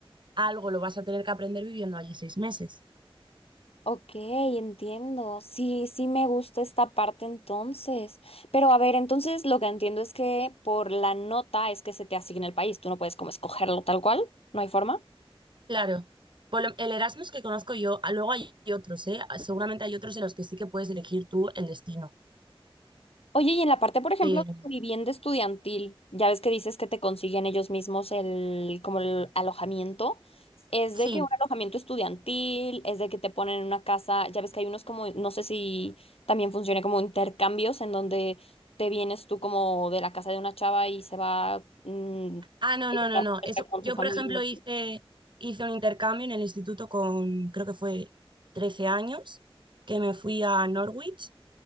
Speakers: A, on the right; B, on the left.
A: algo lo vas a tener que aprender viviendo allí seis meses.
B: Ok, entiendo. Sí, sí me gusta esta parte entonces. Pero a ver, entonces lo que entiendo es que por la nota es que se te asigna el país. Tú no puedes como escogerlo tal cual. ¿No hay forma?
A: Claro, por lo- el Erasmus que conozco yo, ah, luego hay otros, ¿eh? Ah, Seguramente hay otros en los que sí que puedes elegir tú el destino.
B: Oye, y en la parte, por ejemplo,
A: Pero
B: de la vivienda estudiantil, ya ves que dices que te consiguen ellos mismos el, como el alojamiento. Es
A: sí.
B: de que un alojamiento estudiantil, es de que te ponen en una casa, ya ves que hay unos como, no sé si también funciona como intercambios en donde te vienes tú como de la casa de una chava y se va mm,
A: Ah, no,
B: esta
A: no, no, no.
B: muchacha
A: Eso,
B: con
A: yo,
B: tu familia.
A: por ejemplo, hice, hice un intercambio en el instituto con, creo que fue 13 años, que me fui a Norwich